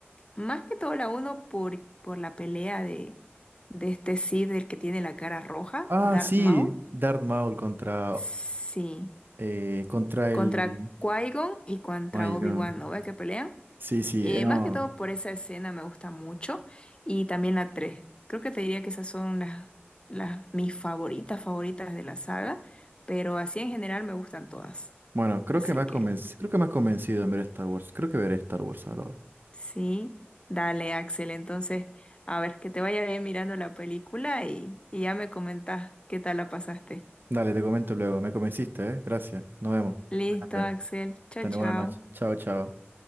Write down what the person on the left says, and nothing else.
más que todo la uno por, por la pelea de, de este Sith, el que tiene la cara roja,
Darth
Maul.
Sí,
contra
Qui-Gon y contra
Obi-Wan,
¿no? ¿Ves que pelean?
Eh,
más que todo por esa escena me gusta mucho. Y también la tres Creo que te diría que esas son las, las mis favoritas, favoritas de la saga. Pero así en general me gustan todas.
Así
que
Sí, dale, Axel. Entonces, a ver, que te vaya bien mirando la película y, y ya me comentas qué tal la pasaste.
Listo,
Axel. Chao,
chao.